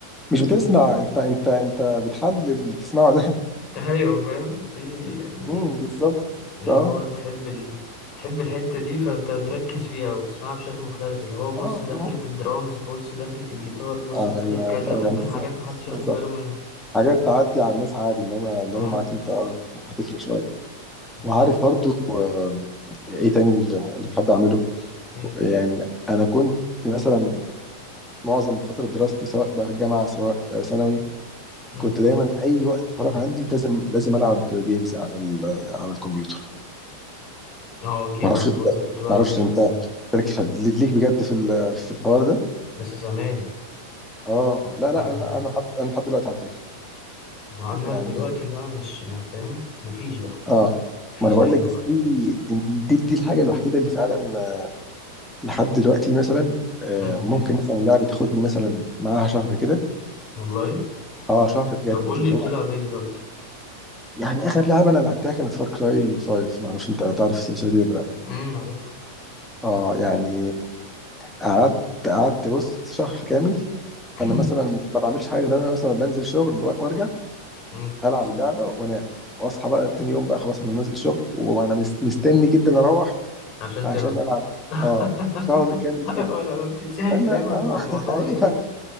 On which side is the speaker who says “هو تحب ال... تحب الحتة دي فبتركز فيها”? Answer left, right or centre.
Left